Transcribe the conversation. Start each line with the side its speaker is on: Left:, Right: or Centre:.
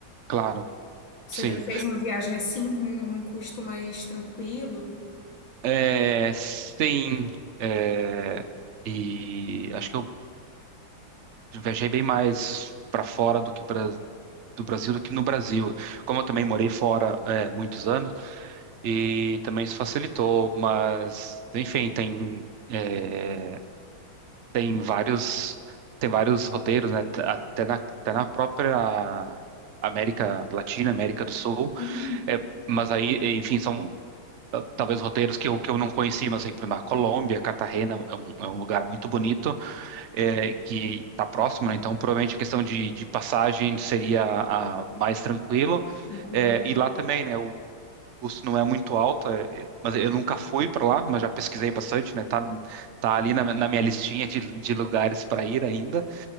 Right: claro,
Left: Você
Right: sim.
Left: já fez uma viagem assim, num, num custo mais tranquilo?
Right: É, sim. é, e acho que eu viajei bem mais para fora do que pra- do Brasil do que no Brasil. Como eu também morei fora é, muitos anos e também isso facilitou, mas enfim, tem é, tem vários tem vários roteiros, né? t- Até na, até na própria América Latina, América do Sul.
Left: Sim,
Right: É, mas aí, enfim, são ah, talvez roteiros que eu, que eu não conheci, mas aí, por exemplo, a Colômbia, Cartagena é um, é um lugar muito bonito é, que está próximo, né? Então provavelmente a questão de, de passagem seria a, mais tranquilo.
Left: tranquila.
Right: É, e lá também, né? O, custo não é muito alto, é, é, mas eu nunca fui para lá, mas já pesquisei bastante, né? Tá, tá ali na, na minha listinha de, de lugares para ir ainda.